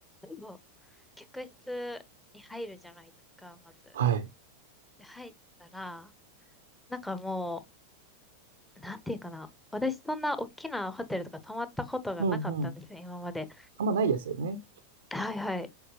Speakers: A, in the centre; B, on the right (about 65°).
A: そう客室に入るじゃないですか、まず。
B: はい。
A: で、入ったら、なんかもう、なんていうかな。私そんな大きなホテルとか泊まったことがなかったんですよ、
B: うんうん。
A: 今まで。
B: あんまないですよね。
A: はいはい。